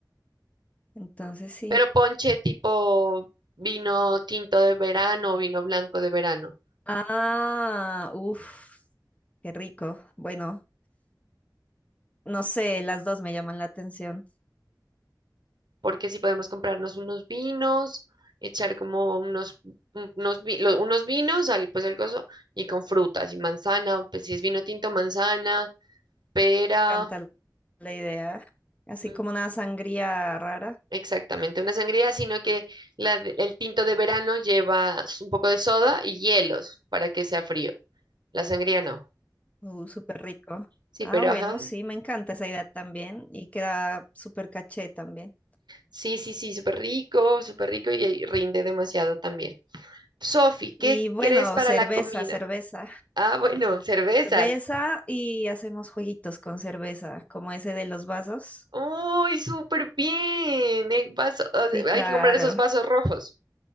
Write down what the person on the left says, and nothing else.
Entonces sí.
Ah, uf, qué rico. Bueno, no sé, las dos me llaman la atención.
encanta la idea. Así
como una sangría rara.
Uh, súper rico.
Ah,
bueno,
sí, me encanta esa idea también. Y queda súper caché también.
Y bueno,
cerveza,
cerveza.
Cerveza y hacemos jueguitos con cerveza, como ese de los vasos.
Sí,
claro.